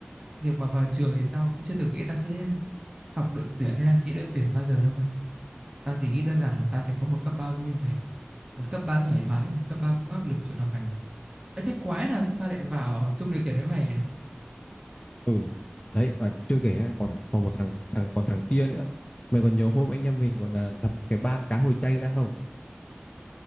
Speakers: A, on the right (about 20°); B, on the left (about 25°).
A: việc mà vào trường thì tao cũng chưa từng nghĩ tao sẽ học đội tuyển hay đăng ký đội tuyển bao giờ đâu mà. Tao chỉ nghĩ đơn giản là tao sẽ có một cấp 3 vui vẻ, một cấp 3 thoải mái, một cấp 3 không áp lực chuyện học hành. Ấy thế quái nào sao tao lại vào chung đội tuyển với mày nhỉ?
B: ừ đấy và chưa kể còn còn một thằng thằng còn thằng kia nữa mày còn nhớ hôm anh em mình gọi là đập cái ban cá hồi chay ra không